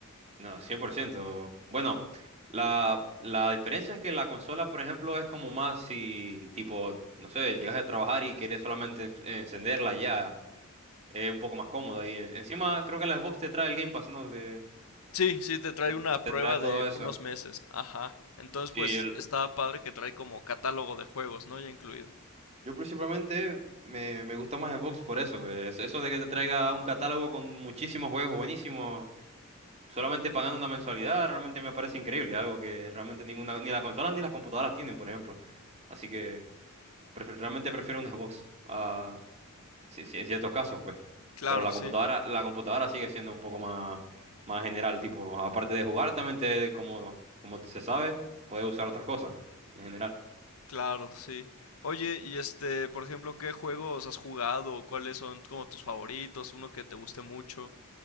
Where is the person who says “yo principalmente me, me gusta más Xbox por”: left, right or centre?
Right